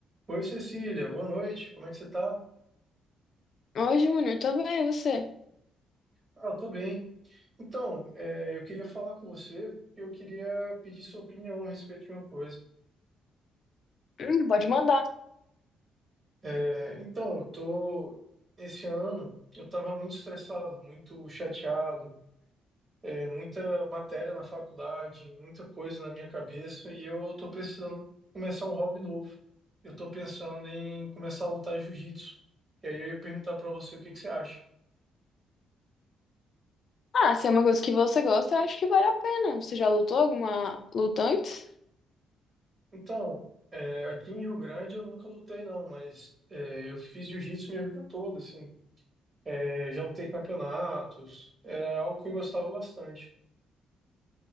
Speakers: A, on the right (about 35°); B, on the left (about 55°).
A: Oi, Cecília, boa noite. Como é que você tá?
B: Oi, Júnior, tô bem, e você?
A: Ah, eu tô bem. Então, é, eu queria falar com você porque eu queria pedir sua opinião a respeito de uma coisa.
B: Hum, pode mandar.
A: É, então, eu tô esse ano eu estava muito estressado, muito chateado, é, muita matéria na faculdade, muita coisa na minha cabeça e eu tô precisando começar um hobby novo. Eu tô pensando em começar a lutar jiu-jitsu. E aí eu ia perguntar para você o que que você acha.
B: Ah, se é uma coisa que você gosta, eu acho que vale a pena. Você já lutou alguma luta antes?
A: Então, é, aqui em Rio Grande eu nunca lutei não, mas é, eu fiz jiu-jitsu minha vida toda, assim. É, já lutei campeonatos, era algo que eu gostava bastante.